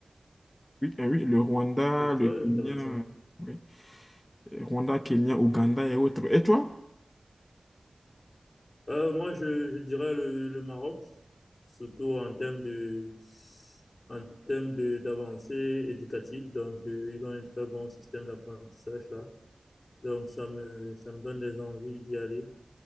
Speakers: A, on the left; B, on the left.
A: oui, euh, oui, le Rwanda,
B: Ouais, C'est
A: le
B: très
A: Kenya,
B: intéressant.
A: euh, oui. Rwanda, Kenya, Ouganda et autres. Et toi?
B: Euh, moi, je, je dirais le, le Maroc, surtout en termes de, en termes de, d'avancée éducative. Donc, euh, ils ont un très bon système d'apprentissage là. Donc, ça me, ça me donne des envies d'y aller,